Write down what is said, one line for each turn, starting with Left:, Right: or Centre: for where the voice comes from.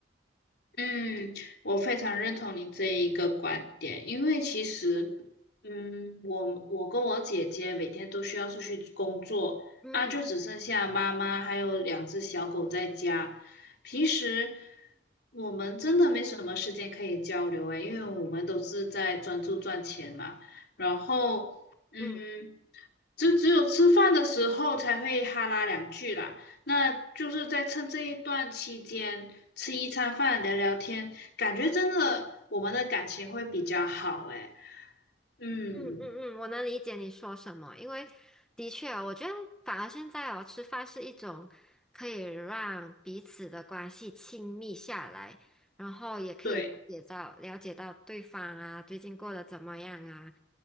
Left: 嗯，我非常认同你这一个观点，因为其实，嗯，我我跟我姐姐每天都需要出去工作，
Centre: 嗯
Left: 啊，就只剩下妈妈还有两只小狗在家。平时我们真的没什么时间可以交流诶，因为我们都是在专注赚钱嘛。然后，嗯。
Centre: 嗯嗯。
Left: 只只有吃饭的时候才会哈拉两句啦，那就是在趁这一段期间吃一餐饭聊聊天，感觉真的我们的感情会比较好诶。嗯，
Centre: 嗯嗯嗯，我能理解你说什么，因为的确哦，我觉得反而现在哦，吃饭是一种可以让彼此的关系亲密下来，然后也可以了解到了解到对方啊，
Left: 对，
Centre: 最近过得怎么样啊。